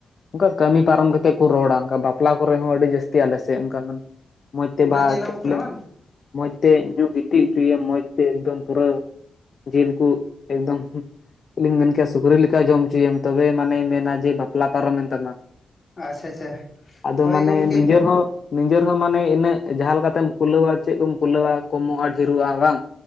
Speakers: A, on the left; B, on the left.
A: ᱚᱱᱠᱟ ᱠᱟᱹᱢᱤ ᱯᱟᱨᱚᱢ ᱠᱟᱛᱮᱜ ᱠᱚ ᱨᱚᱲᱟ ᱚᱱᱠᱟ ᱵᱟᱯ ᱯᱞᱟ ᱠᱚᱨᱮ ᱦᱚ ᱟᱹᱰᱤ ᱡᱟᱥᱛᱤ ᱟᱞᱮ ᱥᱮ ᱚᱱᱠᱟ ᱢᱟᱱᱮ ᱢᱚᱡᱽᱛᱮ
B: ᱢᱟᱱᱮ
A: ᱵᱟ
B: ᱧᱮᱞᱚᱜᱚᱜ
A: ᱠᱩᱞᱟ
B: ᱠᱟᱱᱟ ᱵᱟᱝ
A: ᱢᱚᱡᱽᱛᱮ ᱧᱩ ᱜᱤᱛᱤᱡ ᱚᱪᱚᱭᱮᱢ ᱢᱚᱡᱽᱛᱮ ᱮᱠᱚᱢ ᱯᱩᱨᱟᱹ ᱡᱤᱞ ᱠᱚ ᱮᱠᱫᱚᱢ ᱞᱤᱧ ᱢᱮᱱ ᱠᱮᱭᱟ ᱥᱩᱠᱨᱤ ᱞᱮᱠᱟ ᱡᱚᱢ ᱚᱪᱚᱭᱮᱢ ᱛᱚᱵᱮ ᱢᱟᱱᱮ ᱢᱮᱱᱟ ᱡᱮ ᱵᱟᱯᱞᱟ ᱯᱟᱨᱚᱢᱮᱱ ᱛᱟᱢᱟ᱾
B: ᱟᱪᱪᱷᱟ ᱟᱪᱪᱷᱟ
A: ᱟᱫᱚ
B: ᱦᱳᱭ
A: ᱢᱟᱱᱮ
B: ᱜᱚᱝᱠᱮ
A: ᱱᱤᱡᱮᱨ ᱦᱚ ᱱᱤᱡᱮᱨ ᱦᱚ ᱢᱟᱱᱮ ᱤᱱᱟᱹᱜ ᱡᱟᱦᱟ ᱞᱮᱠᱟᱛᱮᱢ ᱠᱩᱞᱟᱹᱣᱟ ᱪᱮᱫ ᱠᱚᱢ ᱠᱩᱞᱟᱹᱣᱟ ᱠᱚᱢᱚᱜᱼᱟ ᱰᱷᱮᱨᱚᱜᱼᱟ ᱵᱟᱝ